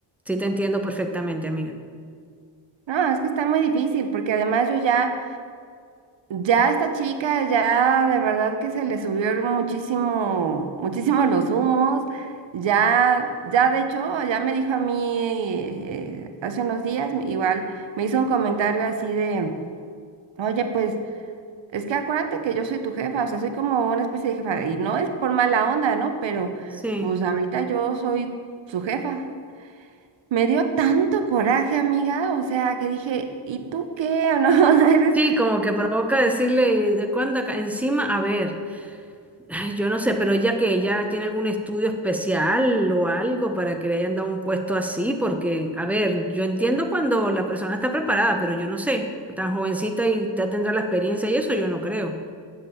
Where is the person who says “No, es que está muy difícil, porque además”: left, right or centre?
Right